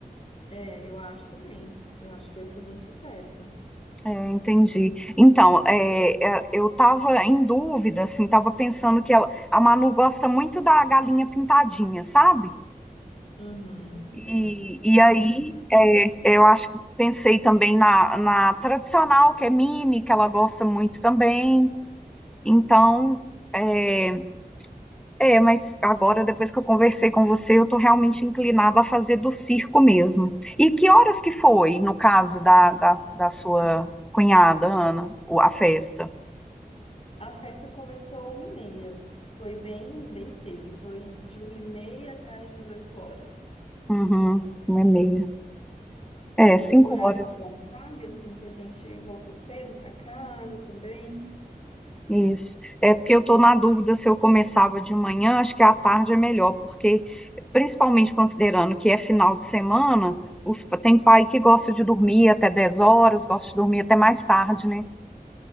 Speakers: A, on the left; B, in the centre.
A: é, eu acho também. Eu acho que vai fazer um sucesso.
B: É, entendi. Então, é, é, eu estava em dúvida, assim, estava pensando que ela, a Manu gosta muito da galinha pintadinha, sabe?
A: Uhum,
B: E,
A: sei.
B: e
A: Demais.
B: aí, é, eu acho que pensei também na, na tradicional, que é mini, que ela gosta muito também. Então, é, é, mas agora, depois que eu conversei com você, eu estou realmente inclinada a fazer do circo mesmo. E que horas que foi, no caso da, da, da sua cunhada, Ana, o- a festa?
A: A festa começou uma e meia. Foi bem, bem cedo e foi de uma e meia até às 18 horas.
B: Uhum, uma e meia. É,
A: Foi
B: cinco
A: um horário
B: horas.
A: bom, sabe? Assim que a gente voltou cedo para casa também.
B: Isso. É porque eu estou na dúvida se eu começava de manhã, acho que à tarde é melhor, porque, principalmente considerando que é final de semana, os, tem pai que gosta de dormir até 10 horas, gosta de dormir até mais tarde, né?